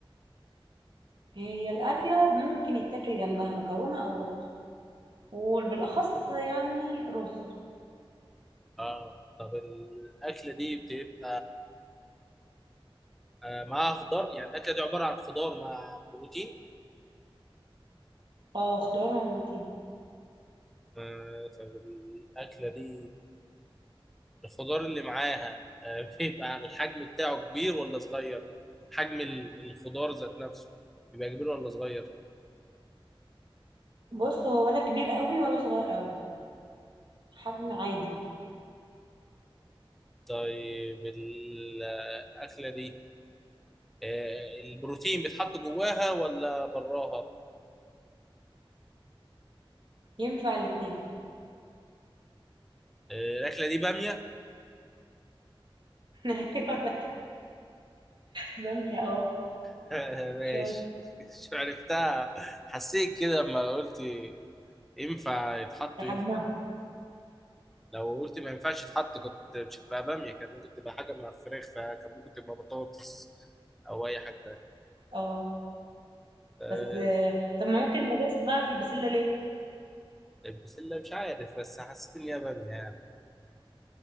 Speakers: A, on the right (about 55°); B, in the centre.
A: هي الأكلة ممكن يتاكل جنبها مكرونة او رز وبالاخص يعني رز
B: اه طب الاكله دي بتبقى آه، معاها خضار يعني الاكله دي عباره عن خضار مع بروتين
A: اه خضار مع بروتين
B: آه طب الاكله دي الخضار اللي معاها آه بيبقى الحجم بتاعه كبير ولا صغير حجم ال- الخضار ذات نفسه بيبقى كبير ولا صغير
A: بص هو ولا كبير قوي ولا صغير قوي حجم عادي
B: طيب الأكلة دي آه، البروتين بيتحط جواها ولا براها؟
A: ينفع الاتنين
B: آه، الأكلة دي بامية؟
A: <laughs> ايوه أنا بامية اه
B: <laughs> ماشي
A: شاطر
B: <laughs> مش عرفتها حسيت كده لما قلت ينفع يتحط
A: لحجمها
B: ينفع لو قلت ما ينفعش يتحط كنت مش هتبقى بامية كان ممكن تبقى حاجة مع فراخ فكان ممكن تبقى بطاطس أو أي حاجة تانية
A: اه
B: آه،
A: بس آه، طب ما ممكن ما جاتش في دماغك البسلة ليه؟
B: البسلة مش عارف بس حسيت إن هي بامية يعني